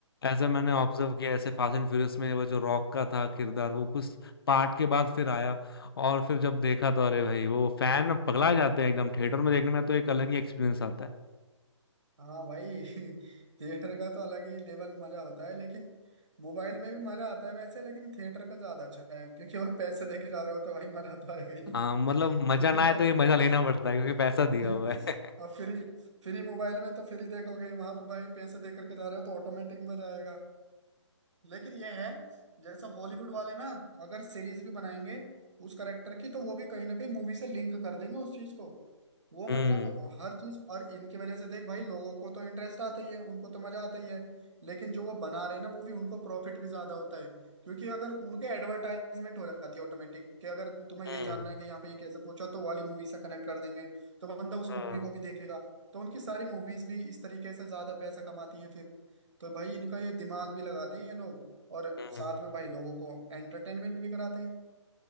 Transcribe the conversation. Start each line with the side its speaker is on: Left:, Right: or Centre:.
Left: ऐसा मैंने ऑब्जर्व किया ऐसे फास्ट एंड फ्यूरियस में वो जो रॉक का था किरदार वो कुछ पार्ट के बाद फिर आया और फिर जब देखा तो अरे भाई वो फैन पगला जाते हैं एकदम थिएटर में देखने में तो एक अलग ही एक्सपीरियंस आता है
Right: हाँ भाई <laughs> थिएटर का तो अलग ही लेवल मजा होता है लेकिन मोबाइल में भी मजा आता है वैसे लेकिन थिएटर का ज्यादा अच्छा है क्योंकि वह पैसे देके जा रहे हो तो भाई मजा तो आएगा ही
Left: हाँ मतलब
Right: <laughs>
Left: मजा
Right: फ्री
Left: ना आए
Right: का
Left: तो ये मजा लेना पड़ता है क्योंकि पैसा
Right: <laughs>
Left: दिया हुआ है
Right: अब फ्री फ्री मोबाइल में तो फ्री देखोगे वहां पर भाई पैसे दे करके जा रहे हो तो ऑटोमेटिक मजा आएगा लेकिन ये है जैसे हॉलीवुड वाले ना अगर सीरीज भी बनाएंगे उस करेक्टर की तो वो भी कहीं ना कहीं मूवी से लिंक कर देंगे उस चीज को वो मतलब
Left: <laughs> हम्म
Right: हर चीज और इनकी वजह से देख भाई लोगों को तो इंटरेस्ट आता ही है उनको तो मजा आता ही है लेकिन जो वो बना रहे हैं ना मूवी उनको प्रॉफिट भी ज्यादा होता है क्योंकि अगर उनके एडवर्टाइजमेंट हो जाती है ऑटोमेटिक कि अगर तुम्हें
Left: हम्म
Right: ये जानना है कि यहाँ पे ये कैसे पूछा तो वाली मूवी से कनेक्ट कर देंगे तो बंदा उस
Left: हाँ,
Right: मूवी को भी देखेगा तो उनकी सारी मूवीज भी इस तरीके से ज्यादा पैसा कमाती हैं फिर तो भाई इनका ये दिमाग भी लगाते हैं ये लोग और
Left: हम्म
Right: साथ में भाई लोगों को एंटरटेनमेंट भी कराते हैं